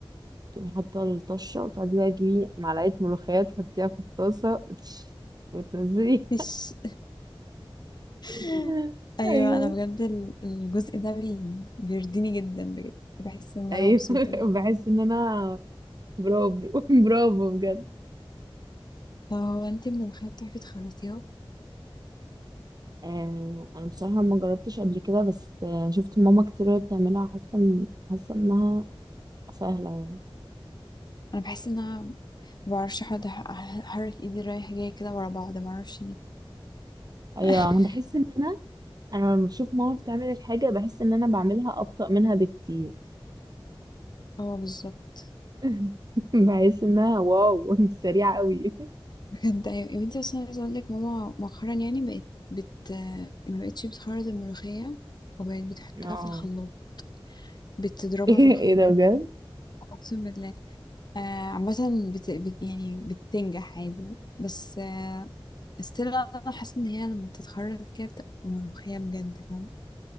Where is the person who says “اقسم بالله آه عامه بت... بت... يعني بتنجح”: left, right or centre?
Left